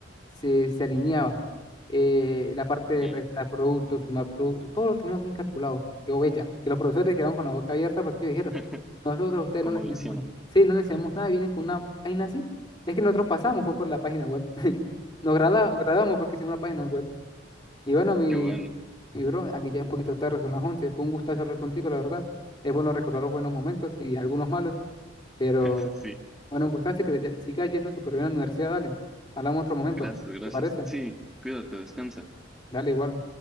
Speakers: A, on the left; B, in the centre.
A: se, se alineaba. Eh, la parte
B: ¿Y
A: de restar productos, sumar productos, todo lo teníamos bien calculado. Quedó bella. Que los profesores quedaron con la boca abierta porque ellos dijeron,
B: <laughs>
A: nosotros a ustedes
B: cómo
A: no les
B: lo
A: enseñamos,
B: hicieron?
A: sí, no les enseñamos nada, vienen con una vaina así. Es que nosotros pasamos, fue por la página web. Nos grada- grabamos porque hicimos una página web. Y bueno, mi,
B: Qué bueno.
A: mi bro, aquí ya un poquito tarde, son las once Fue un gustazo hablar contigo, la verdad. Es bueno recordar los buenos momentos y algunos malos, pero
B: <laughs> Sí,
A: bueno, un gustazo y que te ya- siga yendo súper bien a la universidad, dale. Hablamos otro momento,
B: gracias, gracias.
A: ¿te parece?
B: Sí, cuídate, descansa.
A: Dale igual.